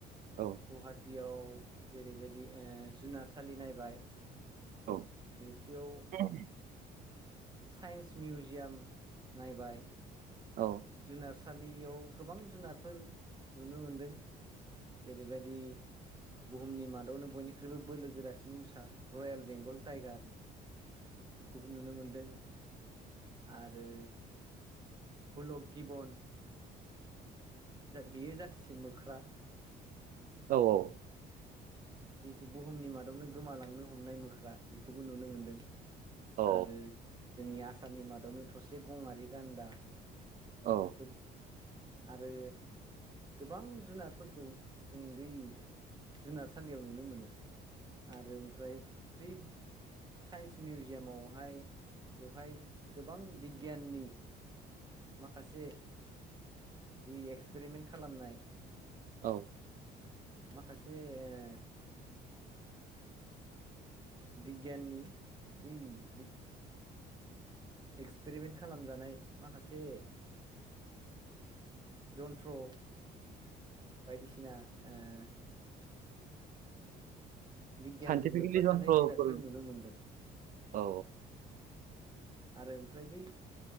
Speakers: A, on the right; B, on the right.
A: औ
B: गुवाहाटियाव जेरैबायदि ओ जुनारसालि नायबाय।
A: औ।
B: नैथियाव
A: <unintelligible>
B: साइन्स मिउजियाम नायबाय।
A: औ
B: जुनारसालियाव गोबां जुनारफोर नुनो मोनदों। जेरैबायदि बुहुमनि मादावनो बयनिख्रुइबो बोलो गोरासिन मुसा रयेल बेंगल टाइगार।
A: <inaudible>
B: बेखौबो नुनो मोनदों आरो हलख गिबन बेयो जाथोसे मोख्रा।
A: औ औ
B: जिहेतु बुहुमनि मादावनो गोमालांनो हमनाय मोख्रा बेखौबो नुनो मोनदों।
A: औ
B: आरो जोंनि आसामनि मादावनो थसे गङारि गान्दा।
A: औ
B: फोर आरो गोबां जुनारफोरखौ जों बै जुनारसालियाव नुनो मोनो। आरो ओमफ्राय बै साइन्स मिउजियामावहाय बेवहाय गोबां बिगियाननि माखासे जि एक्सपेरिमेन्ट खालामनाय
A: औ
B: माखासे ओ बिगियाननि बै बे एक्सपेरिमेन्ट खालामजानाय माखासे जन्थ्र बायदिसिना ओ बिगियानजों
A: साइन्टिफिकेलि
B: लोब्बा
A: जन्थ्रफोर
B: थानाय जिरादफोर नुनो मोन्दों।
A: औ
B: आरो ओमफ्राय बै